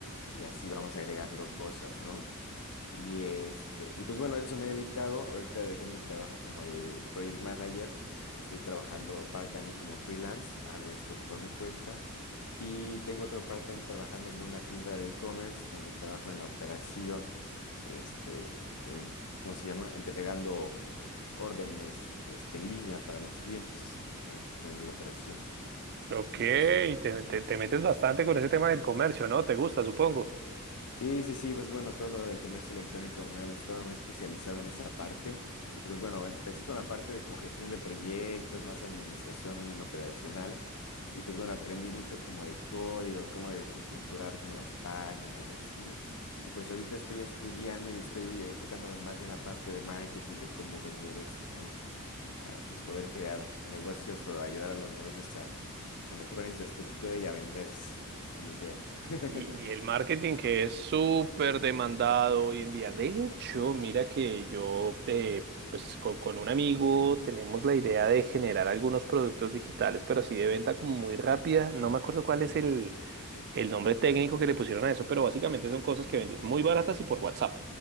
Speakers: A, on the left; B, on the right.
A: y así vamos agregando cosas, ¿no? Y este, y pues bueno, a eso me he dedicado. Ahorita dejé mi trabajo como de project manager. Estoy trabajando part-time como freelance. Hago esto por mi cuenta. Y tengo otro part-time trabajando en una tienda de e-commerce donde trabajo en la operación, este, en- ¿cómo se llama? Entregando órdenes, este, en línea para los clientes. Ajá, y gestionando la operación.
B: Ok,
A: Sí,
B: te,
A: sí, sí.
B: te- te metes bastante con ese tema del comercio, ¿no? Te gusta, supongo.
A: Sí, sí, sí, pues bueno, todo lo del comercio electrónico me ha gustado, me he especializado en esa parte y pues bueno, empecé con la parte de como gestión de proyectos, más administración operacional y pues bueno, aprendí mucho como de código, cómo de estructurar como las páginas y así y pues ahorita estoy estudiando y estoy enfocándome más bien en la parte de marketing, de cómo vender esto, ¿no? Para pues poder crear negocios o ayudar a los negocios a que mejoren su estructura y a venderse, esa es mi idea. <laughs>
B: Y, y el marketing que es súper demandado hoy en día. De hecho,
A: Sí.
B: mira que yo, eh, pues con, con un amigo tenemos la idea de generar algunos productos digitales, pero así de venta como muy rápida. No me acuerdo cuál es el
A: Sí.
B: nombre técnico que le pusieron a eso, pero básicamente son cosas que vendes muy baratas y por WhatsApp.